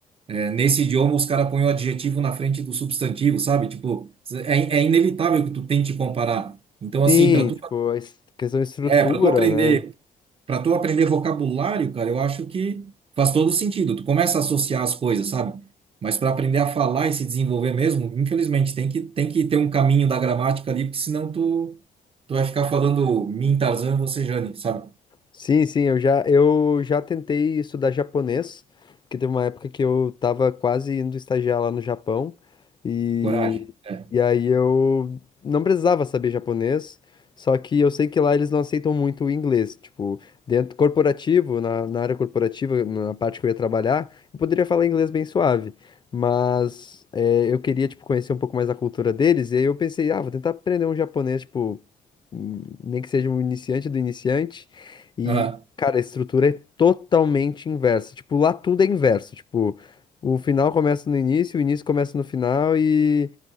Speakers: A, on the right (about 40°); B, on the left (about 30°).
A: é, nesse idioma os caras põem o adjetivo na frente do substantivo, sabe? Tipo, é, é inevitável que tu tente comparar. Então, assim,
B: Sim,
A: para tu
B: tipo, a es- questão de estrutura,
A: é, para tu aprender,
B: né?
A: para tu aprender vocabulário, cara, eu acho que faz todo sentido. Tu começa a associar as coisas, sabe? Mas para aprender a falar e se desenvolver mesmo, infelizmente tem que tem que ter um caminho da gramática ali, porque senão tu tu vai ficar falando mim, Tarzan, você, Jane, sabe?
B: Sim, sim, eu já, eu já tentei estudar japonês, porque teve uma época que eu tava quase indo estagiar lá no Japão, e,
A: Coragem. É.
B: e aí eu não precisava saber japonês, só que eu sei que lá eles não aceitam muito o inglês, tipo, dentro corporativo, na, na área corporativa, na parte que eu ia trabalhar, eu poderia falar inglês bem suave, mas eh, eu queria, tipo, conhecer um pouco mais a cultura deles, e aí eu pensei, ah, vou tentar aprender um japonês, tipo, hum, nem que seja um iniciante do iniciante, e,
A: Aham.
B: cara, a estrutura é totalmente inversa. Tipo, lá tudo é inverso. Tipo, o final começa no início, o início começa no final e